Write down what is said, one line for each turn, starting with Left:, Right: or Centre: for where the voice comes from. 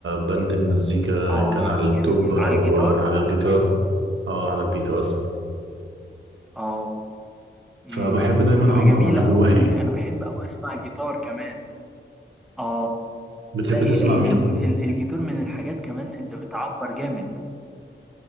Right: بنتج مزيكا
Centre: اه
Right: ان كان على اللابتوب
Centre: جميل
Right: او
Centre: على الجيتار
Right: آه، على الجيتار اه على الجيتار
Centre: اه امم
Right: فبحب دايما
Centre: بتبقى
Right: اعبر
Centre: جميلة
Right: عن اللي
Centre: قوي
Right: جوايا يعني
Centre: انا بحب قوي اسمع جيتار كمان اه
Right: بتحب
Centre: لا هي
Right: تسمع
Centre: هي
Right: مين
Centre: ال- الجيتار من الحاجات كمان اللي بتعبر جامد